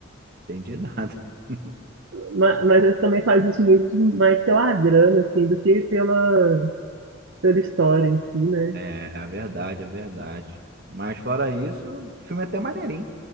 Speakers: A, on the right; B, on the right.
A: Entendi nada. <laughs>
B: Ma- Mas eles também fazem isso muito mais pela grana, assim, do que pela, pela história em si, né?
A: É, é verdade, é verdade. Mas fora isso, o filme é até maneirinho.